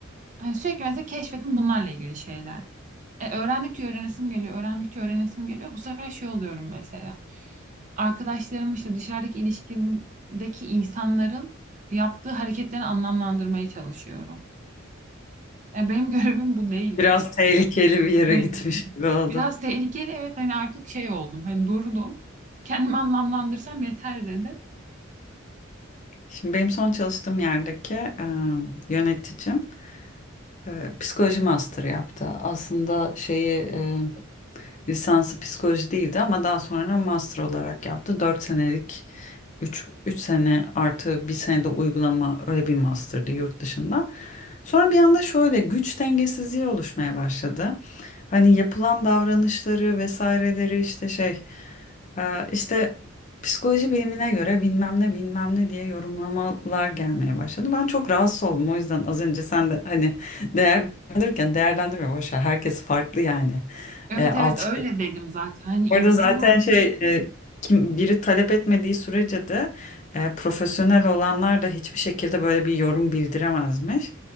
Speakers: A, on the right (about 35°); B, on the left (about 35°).
A: Hani sürekli mesela keşfettim bunlarla ilgili şeyler. E, öğrendikçe öğrenesim geliyor, öğrendikçe öğrenesim geliyor. Bu sefer şey oluyorum mesela. Arkadaşlarım işte dışarıdaki ilişkindeki insanların yaptığı hareketleri anlamlandırmaya çalışıyorum. E, benim <laughs> görevim bu
B: <laughs>
A: değil.
B: Biraz
A: Hani,
B: tehlikeli bir yere
A: hani
B: gitmiş gibi oldu.
A: biraz tehlikeli evet hani artık şey oldum. Hani durdum. Kendimi anlamlandırsam yeter dedim.
B: Şimdi benim son çalıştığım yerdeki e, yöneticim e, psikoloji master yaptı. Aslında şeyi e, Lisansı psikoloji değildi ama daha sonra master olarak yaptı. Dört senelik üç üç sene artı bir sene de uygulama öyle bir master'dı yurt dışında. Sonra bir anda şöyle güç dengesizliği oluşmaya başladı. Hani yapılan davranışları vesaireleri işte şey e, işte psikoloji bilimine göre bilmem ne bilmem ne diye yorumlamalar gelmeye başladı. Ben çok rahatsız oldum o yüzden az önce sen de hani <laughs> değerlendirirken değerlendirme boş ver herkes farklı yani.
A: Evet
B: E, alt
A: evet öyle dedim zaten. Hani insanlar
B: Orada zaten şey e, kim biri talep etmediği sürece de e, profesyonel olanlar da hiçbir şekilde böyle bir yorum bildiremezmiş.